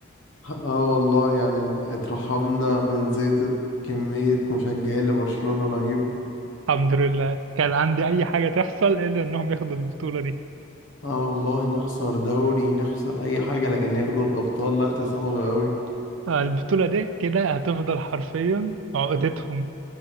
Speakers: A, on the left; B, on the right.
A: اه والله يعني اترحمنا من زيطة كمية مشجعين لبرشلونة رهيب
B: الحمد لله كان عندي اي حاجه تحصل الا انهم ياخدوا البطوله دي
A: اه والله نخسر دوري نخسر اي حاجة لكن ياخدوا الابطال لا دي صعبة قوي
B: آه، البطوله دي كده هتفضل حرفيا عقدتهم